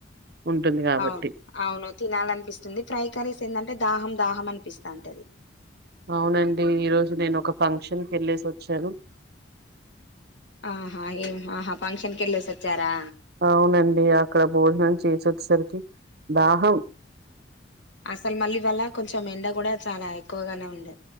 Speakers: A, on the right; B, on the left.
A: ఉంటుంది కాబట్టి
B: అవును అవును తినాల అనిపిస్తుంది ఫ్రై కర్రీస్ ఏంటంటే దాహం దాహం అని పిస్తాంటది
A: అవునండి ఈరోజు నేను ఒక ఫంక్షన్ కి వెళ్ళేసి వచ్చాను
B: ఆహా ఏం ఆహా ఫంక్షన్ కెళ్ళేసి వచ్చారా
A: అవునండి అక్కడ భోజనం చేసి వచ్చేసరికి దాహం
B: అసలు మళ్ళీ ఇవ్వాళ కొంచెం ఎండ కూడా చాలా ఎక్కువగానే ఉండే